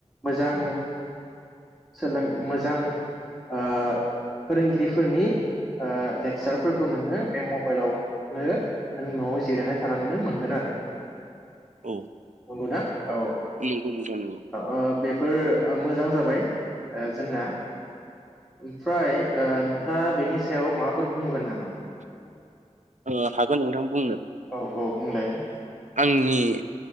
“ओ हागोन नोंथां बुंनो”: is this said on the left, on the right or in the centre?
Right